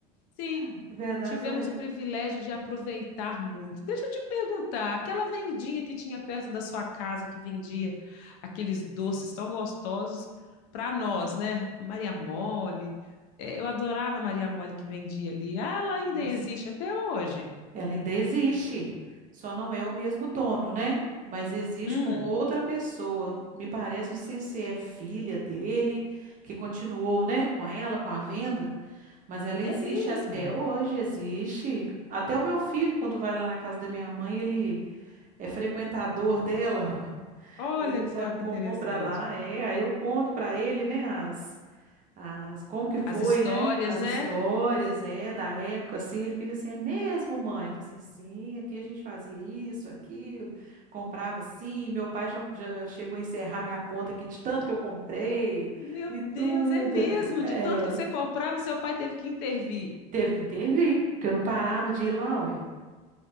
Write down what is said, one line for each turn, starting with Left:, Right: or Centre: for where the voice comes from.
Left: Sim,
Right: A verdade
Left: tivemos
Right: era essa.
Left: o privilégio de aproveitar muito. Deixa eu te perguntar, aquela vendinha que tinha perto da sua casa que vendia aqueles doces tão gostosos para nós, né? Maria Mole. eh, Eu adorava a Maria Mole que vendia ali. Ah, ela ainda
Right: Nossa,
Left: existe até hoje.
Right: ela ainda existe. Só não é o mesmo dono, né? Mas existe
Left: Hum,
Right: com outra pessoa. Me parece, não sei se é filha dele, que continuou, né, com ela, com a venda, mas ela
Left: é
Right: existe
Left: mesmo.
Right: até hoje, existe. Até o meu filho, quando vai lá na casa da minha mãe, ele é frequentador dela.
Left: Olha
Right: Ele ainda
Left: só
Right: compra
Left: que interessante.
Right: lá, é. Aí eu conto para ele, né, as, as como que foi,
Left: As histórias,
Right: né, as
Left: né?
Right: histórias, é, da época, assim. Ele fica assim, é mesmo, mãe? Então, assim, sim, aqui a gente fazia isso, aquilo, comprava assim. Meu pai já, já chegou a encerrar minha conta aqui de tanto que eu comprei
Left: Meu
Right: e
Left: Deus,
Right: tudo.
Left: é mesmo.
Right: É,
Left: De tanto que você comprava, seu pai teve que intervir.
Right: teve que intervir, porque eu não parava de ir lá, ué.